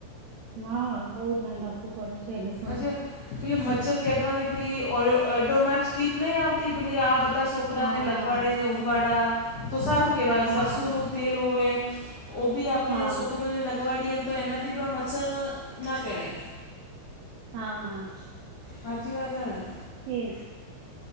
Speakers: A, on the right; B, on the left.
A: હા બઉુ ધ્યાન રાખકું પડે છે એ લોકો-
B: હજ મચ્છર કેઢવાની પેરુ નહી આવતી આ બધ- બધા છોકરા
A: હા
B: ને લગવાડે
A: હા
B: ને ઉગવાડ તો સારું કેવાય
A: હા
B: સરસો નું તેલ હોવે- ઓ બી આપણે
A: હા
B: છોકરોને લગવાડીએને તો એનાથી પણ મચ્છર ના કેહેણે-
A: હા.
B: સાચી વાદ હેને.
A: એ જ.